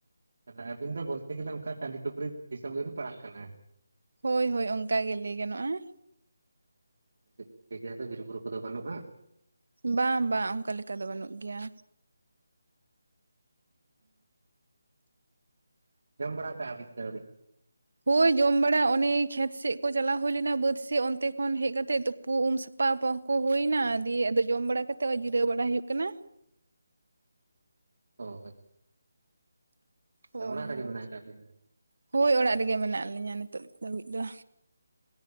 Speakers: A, on the right (about 70°); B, on the right (about 90°).
A: ᱛᱟᱦᱞᱮ ᱟᱵᱤᱱ ᱫᱚ ᱵᱚᱞᱛᱮ ᱜᱮᱞᱮ ᱚᱱᱠᱟ ᱴᱟᱺᱰᱤ ᱴᱩᱠᱨᱤ ᱫᱤᱥᱚᱢ ᱜᱮᱵᱤᱱ ᱯᱟᱲᱟᱜ ᱠᱟᱱᱟ᱾
B: ᱦᱳᱭ ᱦᱳᱭ ᱚᱱᱠᱟ ᱜᱮ ᱞᱟᱹᱭ ᱜᱟᱱᱚᱜᱼᱟ᱾
A: <unintelligible> ᱵᱤᱨᱵᱩᱨᱩ ᱠᱚᱫᱚ ᱵᱟᱹᱱᱩᱜᱼᱟ
B: ᱵᱟᱝ ᱵᱟᱝ ᱚᱱᱠᱟ ᱞᱮᱠᱟ ᱫᱚ ᱵᱟᱹᱱᱩᱜ ᱜᱮᱭᱟ᱾
A: ᱡᱚᱢ ᱵᱟᱲᱟ ᱠᱟ ᱟᱵᱤᱱ ᱥᱮ ᱟᱣᱨᱤ
B: ᱦᱳᱭ ᱡᱚᱢ ᱵᱟᱲᱟ ᱚᱱᱮ ᱠᱷᱮᱛ ᱥᱮᱫ ᱠᱚ ᱪᱟᱞᱟᱣ ᱦᱩᱭ ᱞᱮᱱᱟ ᱵᱟᱹᱫᱽ ᱥᱮᱫ ᱚᱱᱛᱮ ᱠᱷᱚᱱ ᱦᱮᱡ ᱠᱟᱛᱮᱜ ᱛᱳ ᱛᱩᱯᱩ ᱩᱢ ᱥᱟᱯᱟ ᱠᱚ ᱦᱩᱭᱮ ᱮᱱᱟ, ᱫᱤᱭᱮ ᱟᱫᱚ ᱡᱚᱢ ᱵᱟᱲᱟ ᱠᱟᱛᱮ ᱚᱭ ᱡᱤᱨᱟᱹ ᱵᱟᱲᱟ ᱦᱩᱭᱩᱜ ᱠᱟᱱᱟ᱾
A: ᱚ <inaudible>
B: ᱦᱳᱭ
A: ᱚᱲᱟᱜ
B: ᱦᱳᱭ
A: ᱨᱮᱜᱮ ᱢᱮᱱᱟᱜ ᱟᱠᱟᱫ ᱵᱤᱱᱟ?
B: ᱦᱳᱭ ᱚᱲᱟᱜ ᱨᱮᱜᱮ ᱢᱮᱱᱟᱜ ᱞᱤᱧᱟᱹ ᱱᱤᱛᱚᱜ ᱫᱷᱟᱹᱵᱤᱡ ᱫᱚ᱾